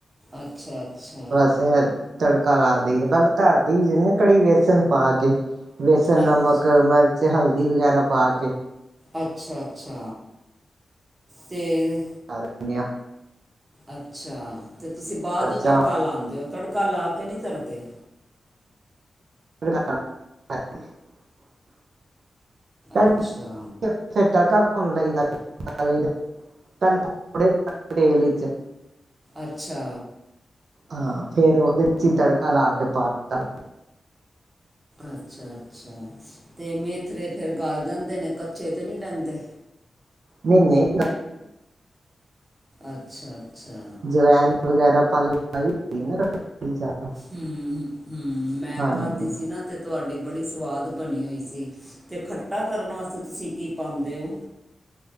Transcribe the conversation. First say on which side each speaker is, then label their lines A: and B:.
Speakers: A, on the right; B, on the right.
A: ਅੱਛਾ, ਅੱਛਾ।
B: ਬਸ, ਤੜਕਾ ਲਾ ਦਈਦਾ, ਪਹਿਲੇ ਧਰ ਦਈ ਦਾ ਨਾ ਕੜੀ, ਬੇਸਣ ਪਾ ਕੇ। ਬੇਸਣ,
A: ਅੱਛ
B: ਨਮਕ, ਮਿਰਚ, ਹਲਦੀ, ਵਗੈਰਾ ਪਾ ਕੇ।
A: ਅੱਛਾ ਅੱਛਾ ਤੇ
B: ਆ <unintelligible>
A: ਅੱਛਾ, ਤੇ ਤੁਸੀਂ ਬਾਅਦ
B: ਮਿਰਚਾਂ
A: ਨੂੰ ਤੜਕਾ ਲਾਉਂਦੇ ਓ। ਤੜਕਾ ਲਾ ਕੇ ਨਹੀਂ ਧਰਦੇ।
B: <unintelligible>
A: ਅੱਛਾ
B: ਫਿਰ ਤੜਕਾ ਭੁਣ ਲਈ ਦਾ, <unintelligible> ਵਿੱਚ।
A: ਅੱਛਾ।
B: ਹਾਂ, ਫ਼ੇਰ ਉਹਦੇ ਚ ਹੀ ਤੜਕਾ ਲਾ ਕੇ ਪਾਤਾ।
A: ਅੱਛਾ, ਅੱਛਾ ਤੇ ਮੇਥਰੇ ਫਿਰ ਗਲ ਜਾਂਦੇ ਨੇ, ਕੱਚੇ ਤੇ ਨਹੀਂ ਰੈਦੇ।
B: ਨਹੀ, ਨਹੀਂ ਨਾ
A: ਅੱਛਾ, ਅੱਛਾ।
B: ਜਵੈਨ, ਵਗੈਰਾ ਪ <unintelligible>
A: ਹੂੰ ਹੂੰ ਮੈਂ
B: ਹਾਂਜੀ
A: ਖਾਧੀ ਸੀ ਨਾ, ਤੇ ਤੁਹਾਡੀ ਬੜੀ ਸਵਾਦ ਬਣੀ ਹੋਈ ਸੀ। ਅਤੇ ਖੱਟਾ ਕਰਨ ਵਾਸਤੇ ਤੁਸੀਂ ਕੀ ਪਾਂਦੇ ਓ?